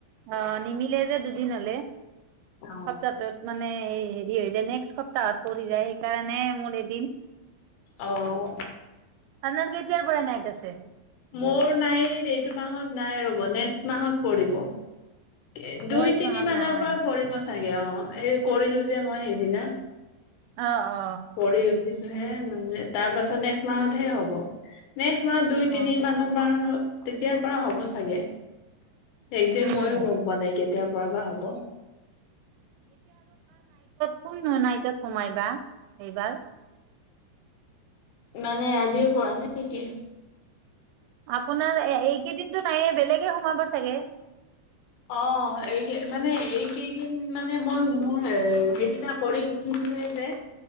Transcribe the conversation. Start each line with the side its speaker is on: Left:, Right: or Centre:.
Right: অ নিমিলে যে দুদিন হলে।
Left: অ
Right: সপ্তাহটোত মানে এই হেৰি হৈ যায় নেক্সট সপ্তাহত পৰি যায় সেইকাৰণে মোৰ এদিন
Left: অহ
Right: আপোনাৰ কেতিয়াৰ পৰা নাইত আছে
Left: মোৰ নাইত এইটো মাহত নাই ৰব নেক্সট মাহত পৰিব এ
Right: অ
Left: দুই
Right: এইটো
Left: তিনি
Right: মাহত
Left: মানৰ
Right: নাই
Left: পৰা পৰিব চাগে অ এ কৰিলো যে মই সেইদিনা
Right: অ অ
Left: পৰি উঠিছ <unintelligible> যে মানে তাৰ পাছত নেক্সট মাহত হে হ'ব নেক্সট মাহত দুই
Right: অ
Left: তিনি মানৰ ম তেতিয়াৰ পৰা হ'ব চাগে একজেক্ট
Right: উম
Left: ময়ো গম পোৱা নাই কেতিয়াৰ পৰা বা হ'ব
Right: ফোন ন নাইতো সোমাইবা এইবাৰ
Left: মানে আজিৰ পৰা নাই নেকি
Right: আপোনাৰ এইকেইদিনটো নাইে বেলেগে সোমাব চাগে
Left: অ এই মানে এইকেইদিন মানে মই মোৰ সেইদিনা কৰি উঠিছোহে যে